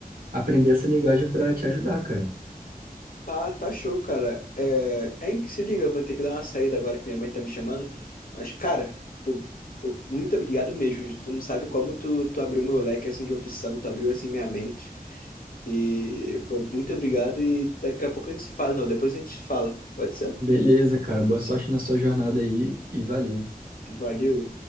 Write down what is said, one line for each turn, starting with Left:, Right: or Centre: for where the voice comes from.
Right: aprender essa linguagem para te ajudar, cara.
Left: tá, tá show, cara. É, é em que se liga, eu vou ter que dar uma saída agora que minha mãe tá me chamando. Mas, cara, pô, pô, muito obrigado mesmo. Tu não sabe como tu, tu abriu meu leque assim de opção, tu abriu assim minha mente. E, pô, muito obrigado. E daqui a pouco a gente se fala, não. Depois a gente se fala. Pode ser?
Right: Beleza, cara. Boa sorte na sua jornada aí e valeu.
Left: Valeu.